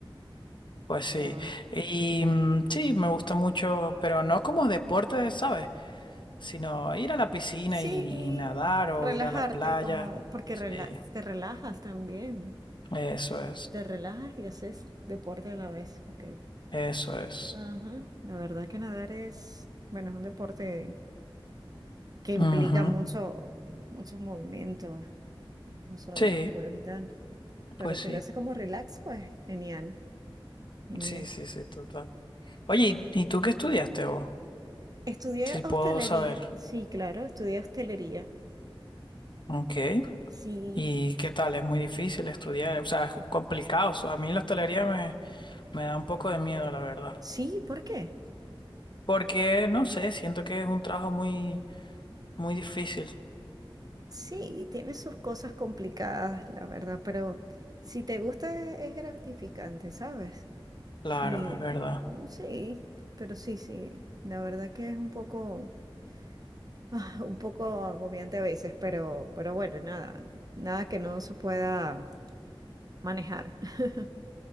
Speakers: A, on the left (about 60°); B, on the right (about 45°).
A: Pues
B: ya.
A: sí, y mm, sí, me gusta mucho, pero no como deporte, ¿sabes? Sino ir a la piscina
B: Sí,
A: y, y nadar
B: relajarte
A: o ir a la playa.
B: como porque
A: Sí,
B: rela- te relajas también.
A: eso es,
B: te relajas y haces deporte a la vez, porque,
A: eso es.
B: ajá, la verdad que nadar es, bueno, es un deporte que implica
A: Ujú.
B: mucho, muchos movimientos, uso de
A: Sí,
B: músculos y tal. Pero
A: pues
B: si
A: sí.
B: lo haces como relax, pues genial, genial.
A: Sí, sí, sí, total. Oye, ¿y y tú qué estudiaste vos?
B: Estudié
A: Si puedo
B: hostelería,
A: saber.
B: sí, claro, estudié hostelería.
A: Ok.
B: Sí,
A: ¿Y qué tal? Es muy difícil estudiar. O sea, es complicado. O sea, A mí la hostelería me, me da un poco de miedo, la verdad.
B: sí, ¿por qué?
A: Porque, no sé, siento que es un trabajo muy, muy difícil.
B: Sí, tiene sus cosas complicadas, la verdad, pero si te gusta es es gratificante, ¿sabes?
A: Claro,
B: Y
A: es verdad.
B: mm, sí, pero sí, sí, la verdad que es un poco, <laughs> ah, un poco agobiante a veces, pero, pero bueno, nada, nada que no se pueda manejar. <laughs>